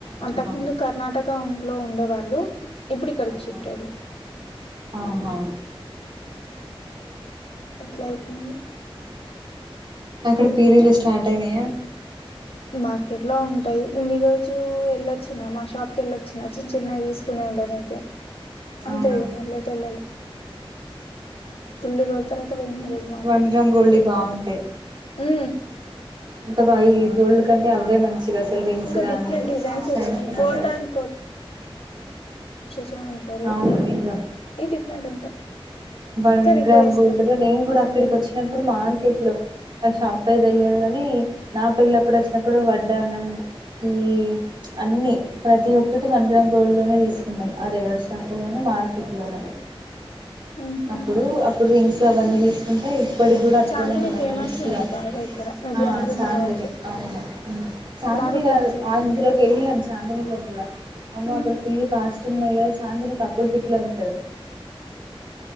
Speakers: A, on the right; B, on the left.
A: ఆహా
B: అంతకుముందు కర్ణాటక లో ఉండే వాళ్ళు ఇప్పుడు ఇక్కడికి
A: అవునా
B: షిఫ్ట్ అయ్యిళు
A: ఆహా
B: ఎట్లా అయిపోయింది
A: అక్కడ పీరీలు స్టార్ట్ అయినాయా
B: మార్కెట్ లో ఉంటాయి నేను ఈ రోజు వెళ్ళొచ్చినా మా షాప్ కి వెళ్ళొచ్చిన చిన్న చిన్నవి తీసుకునే ఉండనయితే అంత
A: అవునా
B: ఇగ మళ్లెటెళ్లలే ఫుల్ రోల్ తర తపోయిన ఈ రోజు మార్కెట్
A: వన్ గ్రామ్
B: మళ్ళీ
A: గోల్డ్‌వి బాగుంటాయి
B: ఊ
A: అంత బా ఈ గోల్డ్ కంటే అవే మంచి అసలు రింగ్స్
B: ఇంకా
A: కాగా
B: డిఫరెంట్ డిజైన్స్
A: చైన్స్
B: వచ్చినాయి
A: గానీ
B: గోల్డ్ అండ్ ఎ ఉంటారు
A: అవును నిజం
B: ఈ డిఫరెంట్ ఉంటాయి
A: వన్
B: కానీ ఎక్కువ
A: గ్రామ్
B: వేసుకోబుద్ది
A: గుోడ్ లో నేను
B: కాలే
A: కూడా అక్కడికి వచ్చినప్పుడు మార్కెట్ లో ఆ షాప్ పేరు తెలిదు గానీ నా పిల్లప్పుడు వచ్చినప్పుడు వడ్డానం ఈ అన్ని ప్రతి ఒక్కటి వన్ గ్రామ్ గోళలోనే తీసుకునం అదే ఎవర్ చాపోగాని మార్కెట్ లోనే
B: ఉహు
A: అప్పుడు అప్పుడు రింగ్స్ అవన్నీ తీసుకుంటాయి ఇప్పటికి కూడా అట్లనే
B: చాందిని
A: ఉండయి
B: ఫేమస్
A: మంచిగా
B: ఉంది బాగా ఇక్కడ మేబీ
A: ఆ
B: అందులోనే
A: చాందిని
B: కావచ్చు
A: అవును చాందినీ
B: బాగా ఫేమస్
A: కాదు
B: అది
A: అందులోకి వెళ్ళినాం చాందినీలోకి కూడా అమ్మ
B: ఉమ్
A: అక్కడ ఫుల్ కాస్ట్యూ వున్నది కదా చాందినికి అపోజిట్ లో ఉంటది